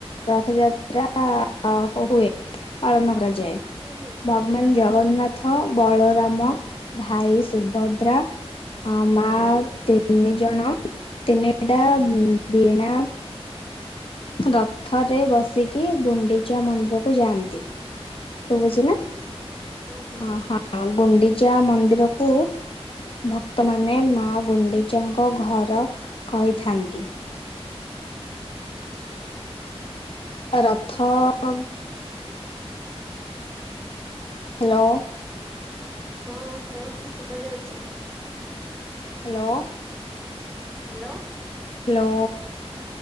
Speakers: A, on the left; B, in the centre.
A: ରଥଯାତ୍ରା ଆ ଆ ହୁଏ। ପାଳନ କରାଯାଏ।
B: ଟିକେ ନେଟୱାର୍କ
A: ଭଗବାନ
B: ଜାଗାକୁ
A: ଜଗନ୍ନାଥ
B: ଆସନ୍ତୁ ଆପଣଙ୍କ
A: ବଳରାମ, ଭାଇ ସୁଭଦ୍ରା ହଁ ମା ତିନି ଜଣ ତିନିଟା ବୀଣା ରଥରେ ବସିକି ଗୁଣ୍ଡିଚା ମନ୍ଦିରକୁ ଯାଆନ୍ତି। ଶୁବୁଚି ନା,
B: ହଁ ଶୁଭୁଛି
A: ଅଁ ହଁ ଗୁଣ୍ଡିଚା ମନ୍ଦିର କୁ ଭକ୍ତମାନେ ମା ଗୁଣ୍ଡିଚାଙ୍କ ଘର କହିଥାନ୍ତି।
B: ଆଚ୍ଛା।
A: ଅ ରଥ ଅଂ। ହାଲୋ।
B: ହଁ କୁହନ୍ତୁ ଶୁବାଯାଉଛି।
A: ହାଲୋ।
B: ହାଲୋ।
A: ହେଲୋ।